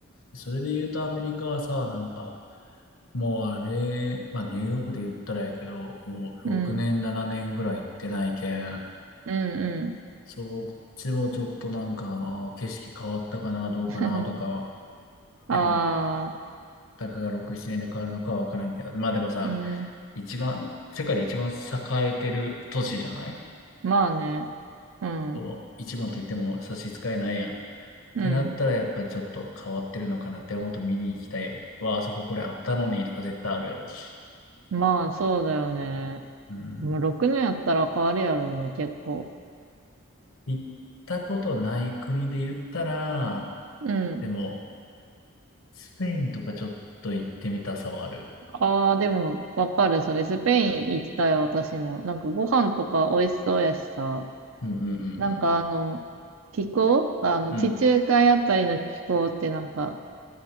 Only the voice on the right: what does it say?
うんうん。
うんう
ん。<laughs> ああ、
うん。
まあね。うん。
うん。
まあ、そうだよね。
もう6年やったら変わるやろうね、結構。
うん。
ああ、でも、わかる。それ、スペイン行きたい、私も。なんか、ご飯とか美味しそうやしさ。
なんか、あの、気候あの、
地中海あたりの気候ってなんか、